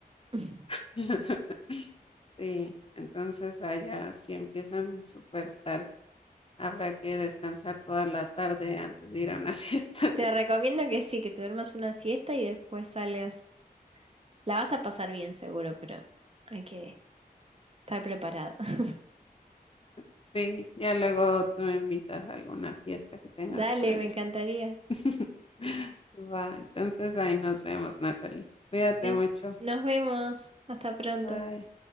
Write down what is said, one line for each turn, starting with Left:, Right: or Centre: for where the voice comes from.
Right: <laughs>
Left: <laughs> Sí, entonces allá si empiezan súper tarde. Habrá que descansar toda la tarde antes de ir a una <laughs> fiesta.
Right: Te recomiendo que sí, que te duermas una siesta y después salgas. La vas a pasar bien seguro, pero hay que estar preparado. <laughs>
Left: Sí, ya luego tú me invitas a alguna fiesta que tengas
Right: Dale,
Left: por allá.
Right: me encantaría.
Left: <laughs> Va, entonces ahí nos vemos, Natalie. Cuídate
Right: Eh,
Left: mucho.
Right: Nos vemos. Hasta pronto.
Left: Bye.